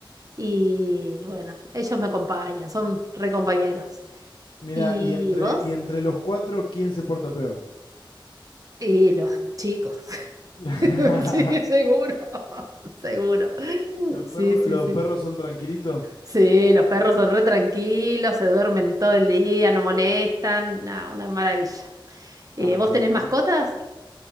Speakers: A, on the right (about 40°); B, on the left (about 75°).
A: Y bueno, ellos me acompañan, son re compañeros.
B: Mira,
A: ¿Y
B: y entre,
A: vos?
B: y entre los cuatro, ¿quién se porta peor?
A: Y los chicos.
B: <laughs>
A: <laughs> Sí, seguro, <laughs> seguro.
B: ¿Los
A: Sí,
B: perros,
A: sí,
B: los
A: sí.
B: perros son tranquilitos?
A: Sí, los perros son re tranquilos, se duermen todo el día, no molestan, nada, una maravilla. Eh,
B: Ah,
A: ¿vos
B: que...
A: tenés mascotas?
B: me-